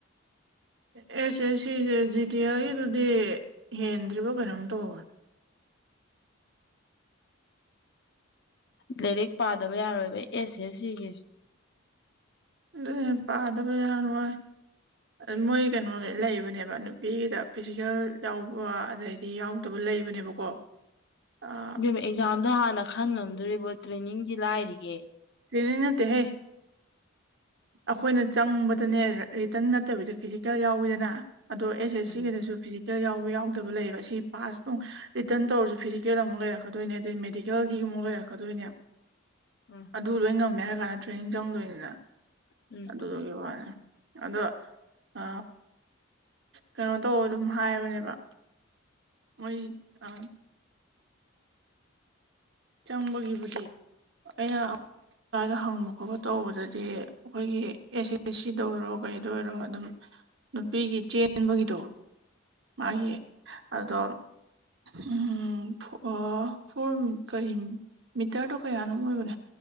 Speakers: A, on the right (about 60°); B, on the left (about 55°).
A: <unintelligible> ꯑꯦꯁꯦ ꯁꯤꯁꯦ ꯖꯤꯇꯤꯌꯥꯒꯤꯗꯨꯗꯤ ꯍꯦꯟꯗ꯭ꯔꯤꯕꯣ ꯀꯩꯅꯣꯝ ꯇꯧꯕ
B: ꯂꯥꯏꯔꯤꯛ ꯄꯥꯗꯕ ꯌꯥꯔꯣꯏꯕ ꯑꯦꯁ ꯑꯦ ꯁꯤꯒꯤꯁ
A: ꯂꯩ ꯄꯥꯗꯕ ꯌꯥꯅ ꯑꯣꯏ ꯃꯣꯏ ꯀꯩꯅꯣ ꯂꯩꯕꯅꯦꯕ ꯅꯨꯄꯤꯒꯤꯗ ꯐꯤꯖꯤꯀꯦꯜ ꯌꯥꯎꯕ ꯑꯗꯩꯗꯤ ꯌꯥꯎꯗꯕ ꯂꯩꯕꯅꯦꯕꯀꯣ ꯑꯥ
B: ꯦꯝ ꯑꯦꯛꯖꯥꯝꯗꯣ ꯍꯥꯟꯅ ꯈꯟ ꯉꯝꯗꯣꯔꯤꯕꯣ ꯇ꯭ꯔꯦꯅꯤꯡꯗꯤ ꯂꯥꯏꯔꯤꯒꯦ
A: ꯀꯔꯤꯅ ꯇꯍꯦ ꯑꯩꯈꯣꯏꯅ ꯆꯪꯕꯗꯅꯦ ꯔꯤꯇꯟ ꯅꯠꯇꯕꯤꯗ ꯐꯤꯖꯤꯀꯦꯜ ꯌꯥꯎꯋꯤꯗꯅ ꯑꯗꯣ ꯑꯦꯁ ꯑꯦꯁ
B: ꯎꯝ
A: ꯁꯤꯒꯤꯗꯁꯨ ꯐꯤꯖꯤꯛ ꯐꯤꯀꯦꯜ ꯌꯥꯎꯕ ꯌꯥꯎꯗꯕ ꯂꯩꯌꯦꯕ ꯁꯤ ꯄꯥꯁꯇꯅꯨꯡ ꯔꯤꯇꯔꯟ ꯇꯧꯔꯁꯨ ꯐꯤꯖꯤꯀꯦꯜ ꯑꯃꯨꯛ ꯂꯩꯔꯛꯀꯗꯣꯏꯅꯦ ꯑꯗꯨꯗꯩ ꯃꯦꯗꯤꯀꯦꯜꯒꯤ ꯃꯨꯝ ꯂꯩ ꯑꯀꯗꯨꯣꯏꯅꯤꯝ
B: ꯎꯝ
A: ꯑꯗꯨ ꯂꯣꯏ ꯉꯝꯃꯦ ꯍꯥꯏ ꯀꯥꯟꯗ ꯇ꯭ꯔꯦꯅꯤꯡ ꯆꯪꯗꯣꯏꯅꯤꯅ
B: ꯎꯝ
A: ꯑꯗꯨꯗꯨꯒꯤ ꯋꯥꯅꯤ ꯑꯗꯣ ꯑ ꯀꯩꯅꯣ ꯇꯧ ꯑꯗꯨꯝ ꯍꯥꯏꯕꯅꯦꯕ ꯑꯣꯏꯣꯏ ꯑ ꯆꯝꯕꯒꯤꯕꯨꯗꯤ ꯑꯩꯅ ꯏꯁꯗ ꯍꯪꯕ ꯈꯣꯠꯄ ꯇꯧꯕꯗꯗꯤ ꯑꯩꯈꯣꯏꯒꯤ ꯑꯦꯁ ꯑꯦ ꯑꯦꯁ ꯁꯤꯗ ꯑꯣꯏꯔꯣ ꯀꯩꯗ ꯑꯣꯏꯔꯣ ꯑꯗꯨꯝ ꯅꯨꯄꯤꯒꯤ ꯆꯦꯟꯕꯒꯤꯗꯣ ꯃꯥꯒꯤ ꯑꯗꯣ ꯎꯝ ꯐ ꯀꯔꯤ ꯃꯤꯇꯔꯗꯣ ꯀꯌꯥꯅꯣ ꯑꯣꯏꯕꯅꯦ